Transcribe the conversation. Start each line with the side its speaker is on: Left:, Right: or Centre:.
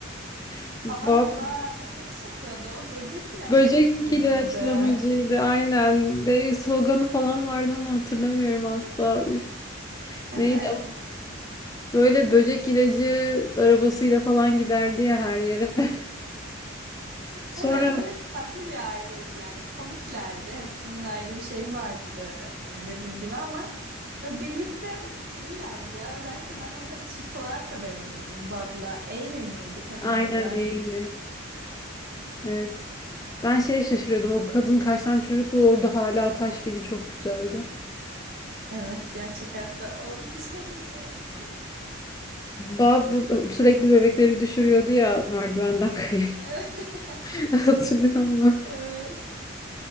Left: <laughs>
Right: Aa
Left: Bob
Right: bak ne iş yapıyordu o? Böcek ilaçlamacı
Left: Böcek ilaçlamacıydı
Right: mıydı?
Left: aynen. De sloganı falan vardı ama hatırlamıyorum asla. Üf.
Right: Evet.
Left: Neydi? Böyle böcek ilacı arabasıyla falan giderdi ya her yere. <laughs> Sonra
Right: Evet böyle tatlı bir aileydi yani komiklerdi hepsinin ayrı bir şeyi vardı e, dediğin gibi ama böyle birlikte o- iyilerdi ya özellikle ben onları çift olarak da beğeniyordum Bob'la Amy miydi kadını
Left: aynen
Right: da
Left: Amy. Evet. Ben şeye şaşırıyordum. O kadın kaç tane çocuklu orada hala taş gibi çok güzeldi.
Right: evet gerçek hayatta <laughs> olamayacak bir şey
Left: Bab sürekli bebekleri düşürüyordu ya merdivenden kayıp.
Right: <laughs> evet,
Left: <laughs> Hatırlıyor musun?
Right: evet.